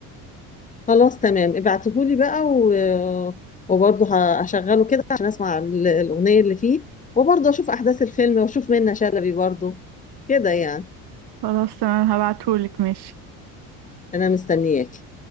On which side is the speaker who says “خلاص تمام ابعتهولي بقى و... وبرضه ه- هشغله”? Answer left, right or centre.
Left